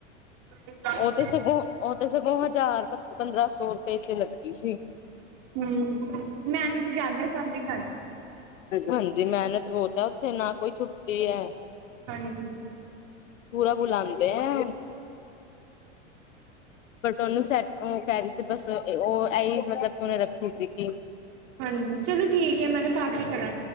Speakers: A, on the right; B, on the left.
A: <inaudible>
B: ਓ ਤੇ ਸਗੋਂ, ਓ ਤੇ ਸਗੋਂ ਹਜਾਰ ਪੰਦਰਾਂ ਸੋ ਰਪੇ ਚ ਲੱਗੀ ਸੀ।
A: ਹੂੰ, ਮੈਨਤ ਜਾਦਾ ਸੈਲਰੀ ਘਾਟ।
B: ਹਾਂਜੀ, ਮੈਨਤ ਬੋਤ ਐ ਓਥੇ ਨਾ ਕੋਈ ਛੁੱਟੀ ਐ।
A: ਹਾਂਜੀ।
B: ਪੂਰਾ ਬੁਲਾਂਦੇ ਆ। ਓਨੂੰ ਸੈਟ ਓ ਕੈ ਰਈ ਸੀ, ਬਸ ਓ ਆਈ ਮਤਲਬ ਓਨੇ ਰੱਖੀ ਹੋਈ ਸੀ ਕਿ?
A: ਹਾਂਜੀ, ਚਲੋ ਠੀਕ ਏ ਮੈਂ ਨਾ ਬਾਚੋ ਕਰਾਂ